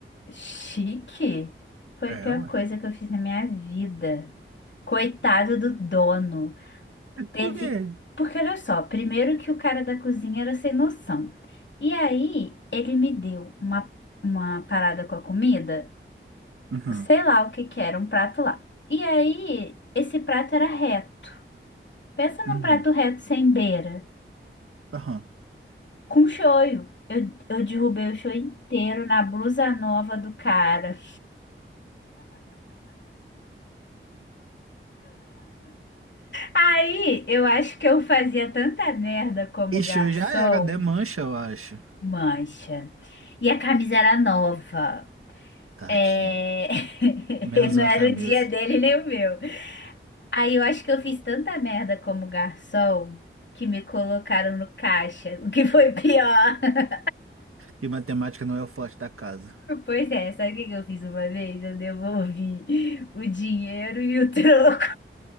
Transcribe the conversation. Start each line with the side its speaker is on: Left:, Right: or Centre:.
Left: chique. Foi
Right: É,
Left: a pior
Right: ué.
Left: coisa que eu fiz na minha vida. Coitado do dono. Teve.
Right: Por quê?
Left: Porque olha só, primeiro que o cara da cozinha era sem noção. E aí, ele me deu uma, uma parada com a comida,
Right: Uhum.
Left: sei lá o que que era, um prato lá. E aí, esse prato era reto. Pensa num
Right: Uhum.
Left: prato reto sem beira.
Right: Aham.
Left: Com shoyu. Eu, eu derrubei o shoyu inteiro na blusa nova do cara. Aí, eu acho que eu fazia tanta merda como
Right: E já
Left: garçom,
Right: era, né? Mancha, eu acho.
Left: mancha. E a camisa era nova.
Right: Tadinho.
Left: É... <laughs>
Right: Menos
Left: Não
Right: uma
Left: era
Right: camisa.
Left: o dia dele nem o meu. Aí eu acho que eu fiz tanta merda como garçom que me colocaram no caixa, o que foi pior. <laughs>
Right: E matemática não é o forte da casa.
Left: Pois é, sabe o que que eu fiz uma vez? Eu devolvi o dinheiro e o troco.